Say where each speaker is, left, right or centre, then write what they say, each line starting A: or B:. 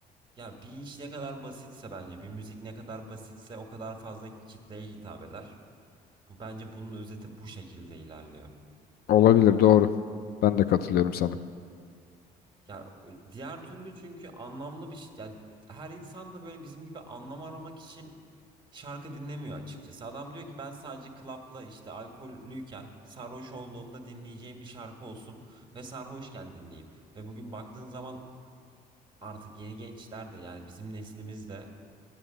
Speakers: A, on the right; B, on the left.
A: Ya bir iş ne kadar basitse bence, bir müzik ne kadar basitse o kadar fazla kitleye hitap eder. Bu bence bunun özeti bu şekilde ilerliyor.
B: Olabilir, doğru. Ben de katılıyorum sana.
A: Ya diğer türlü çünkü anlamlı bir şey. Ya her insan da böyle bizim gibi anlam aramak için şarkı dinlemiyor açıkçası. Adam diyor ki ben sadece klapta işte alkollüyken sarhoş olduğumda dinleyeceğim bir şarkı olsun ve sarhoşken dinleyeyim. Ve bugün baktığın zaman artık yeni gençler de yani bizim neslimizde